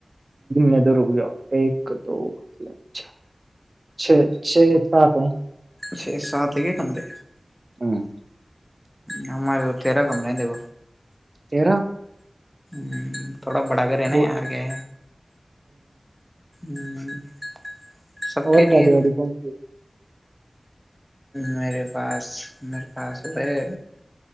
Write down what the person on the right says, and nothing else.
نے تو رک جو ایک دو اچھا چھ چھ سات ہیں
ہاں
تیرہ
دو
اور
گاڈی والاڑی کون سی